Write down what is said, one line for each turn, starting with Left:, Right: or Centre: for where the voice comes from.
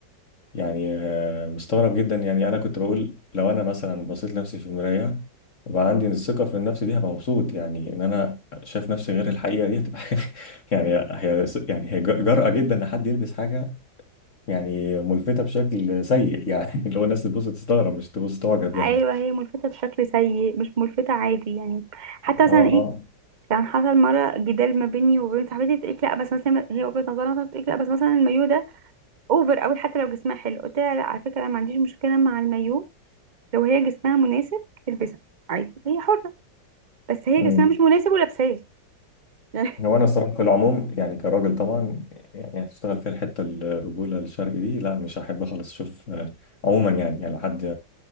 Left: يعني آه، مستغرب جدا يعني انا كنت بقول لو انا مثلا بصيت لنفسي في المرايه وبقى عندي الثقه في النفس دي هبقى مبسوط يعني ان انا شايف نفسي غير الحقيقه دي هتبقى <laughs> يعني هي يعني هي جرأة جدا ان حد يلبس حاجه يعني ملفته بشكل سيء يعني <laughs> اللي هو الناس تبص تستغرب مش تبص تعجب
Right: ايوه
Left: يعني
Right: هي ملفتة بشكل سيء مش ملفتة عادي يعني حتى مثلا
Left: اه
Right: ايه
Left: اه
Right: كان حصل مرة جدال ما بيني وبين صاحبتي بتقولي لا بس مثلا هي وجهة نظرها مثلا بتقولي لا بس مثلا المايو ده اوفر قوي حتى لو جسمها حلو قلت لها لا على فكرة انا ما عنديش مشكلة مع المايو لو هي جسمها مناسب تلبسه عادي هي حرة بس هي
Left: أمم.
Right: جسمها مش مناسب ولابساه يعني
Left: هو انا الصراحه في العموم يعني كراجل طبعا يعني هتشتغل في الحته الرجوله الشرقي دي لا مش هحب خالص اشوف آه، عموما يعني يعني لو حد